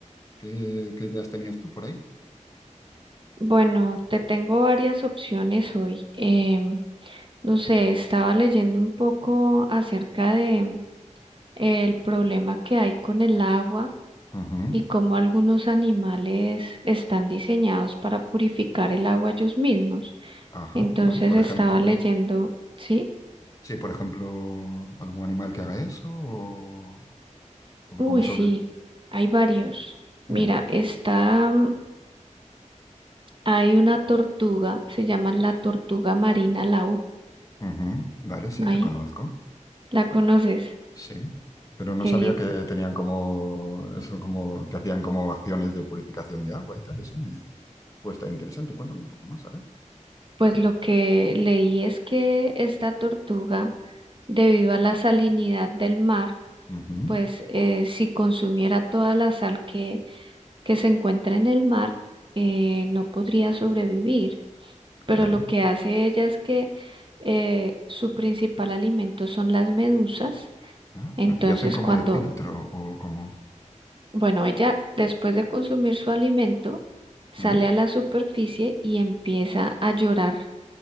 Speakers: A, on the left; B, on the right.
A: ¿Qué, qué ideas tenías tú por ahí?
B: Bueno, te tengo varias opciones hoy. Em, no sé, estaba leyendo un poco acerca de el problema que hay con el agua
A: Ujú,
B: y cómo algunos animales están diseñados para purificar el agua ellos mismos.
A: Ajá,
B: Entonces
A: vale. Por
B: estaba
A: ejemplo,
B: leyendo, ¿sí?
A: sí, por ejemplo, algún animal que haga eso o, o
B: Uy,
A: como suele.
B: sí, hay varios. Mira,
A: Mm,
B: está, mm, hay una tortuga, se llama la tortuga marina laúd.
A: ujú, Vale, sí,
B: ¿Ahí?
A: la conozco.
B: ¿La conoces?
A: Sí, pero no
B: Qué
A: sabía
B: bien.
A: que tenían como eso, como que hacían como acciones de purificación de agua y tal. Eso me puede estar interesante. Cuéntame un poco más, a ver.
B: Pues lo que leí es que esta tortuga, debido a la salinidad del mar,
A: Ujú,
B: pues eh, si consumiera toda la sal que, que se encuentra en el mar, eh, no podría sobrevivir. Pero
A: claro.
B: lo que hace ella es que eh, su principal alimento son las medusas.
A: Ah,
B: Entonces,
A: y hacen como
B: cuando,
A: de filtro o como.
B: bueno, ella después de consumir su alimento, sale
A: mm,
B: a la superficie y empieza a llorar,